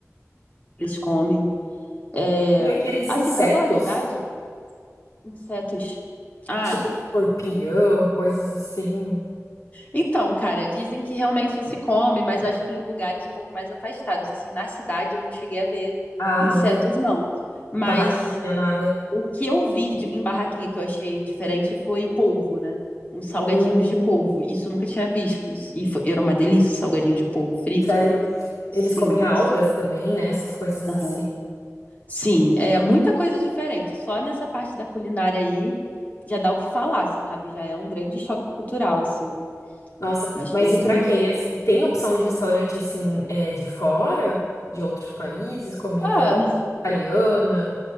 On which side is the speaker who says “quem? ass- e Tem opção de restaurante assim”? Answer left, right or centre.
Left